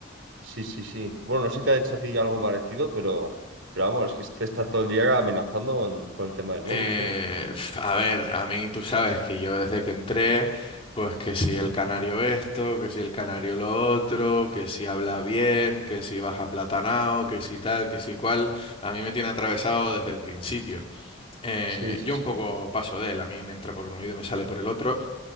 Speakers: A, on the right (about 75°); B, on the left (about 30°).
A: sí, sí, sí. Bueno, no sé si te ha hecho a ti algo parecido, pero, pero vamos, es que este está todo el día amenazando con, con el tema del bonus,
B: Eh,
A: ¿eh?
B: pf, a ver, a mí tú sabes que yo desde que entré, pues que si el canario esto, que si el canario lo otro, que si habla bien, que si baja platanao, que si tal, que si cual, a mí me tiene atravesado desde el principio. Eh,
A: Sí, sí,
B: yo
A: sí.
B: un poco paso de él, a mí me entra por un oído y me sale por el otro,